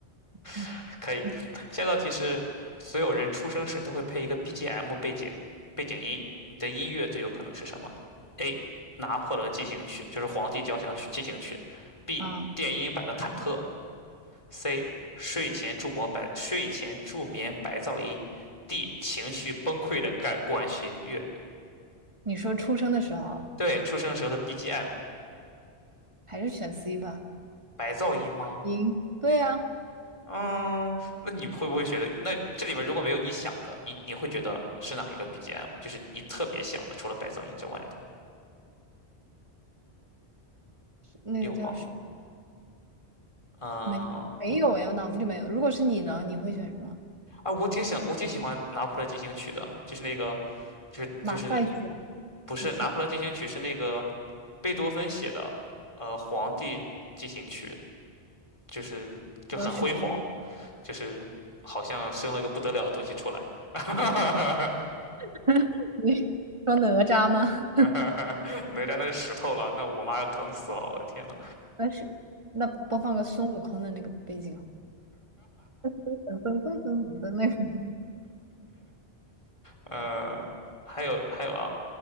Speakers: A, on the right (about 25°); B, on the left (about 30°).
A: 嗯
B: <laughs> 可以。
A: 嗯
B: 下一道题是：所有人出生时都会配一个 BGM 背景背景音，你的音乐最有可能是什么？A. 拿破仑进行曲，就是《皇帝交响曲》进行曲；B.
A: 啊，
B: 电音版的忐忑 C. 睡前助眠白睡前助眠白噪音，D. 情绪崩溃的感管弦乐。
A: 你说出生的时候，
B: 对，出生时候的 BGM
A: 还是选 C 吧。
B: 白噪音吗？
A: 赢对呀，
B: 嗯，那你会不会觉得，那这里面如果没有你想的，你你会觉得是哪一个 BGM？就是你特别想的，除了白噪音之外的，
A: 那个叫什么？
B: 有吗？嗯，
A: 没没有哎，我脑子里没有。如果是你呢，你会选什么？
B: 啊，我挺想，我挺喜欢《拿破仑进行曲》的，就是那个，就是就是
A: 马赛曲啊。
B: 不是《拿破仑进行曲》，
A: 不是吧
B: 是那个贝多芬写的，呃，《皇帝进行曲》。就是就很辉煌，
A: 你要选这个，
B: 就是好像生了个不得了的东西出来。<laughs>
A: <laughs> 你说哪吒吗？
B: 哪吒那是石头了，那我妈要疼死了，我的天呐。
A: 那是那播放个孙悟空的那个背景好了，噔噔噔噔的那个。
B: 呃，还有还有啊，